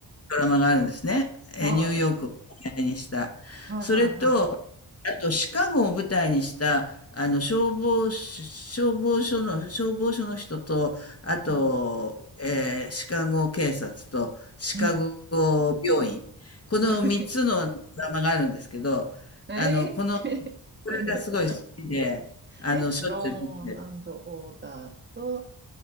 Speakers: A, on the left (about 35°); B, on the right (about 25°).
A: ドラマがあるんですね。えーニューヨークを舞台にした。
B: はい。はいはいは
A: それと、あと、シカゴを舞台にした、あの、消防士、消防署の、消防署の人と、あと、
B: い。うん。
A: えーシカゴ警察と、シカゴ病院。
B: うん。
A: この三つのドラマがあるんですけど、
B: <laughs> えー、
A: あの、この、
B: <laughs>
A: これがすごい好きで、
B: なんだそれ。
A: あの、
B: え、
A: しょっちゅう見てる、
B: ローンオーダーと、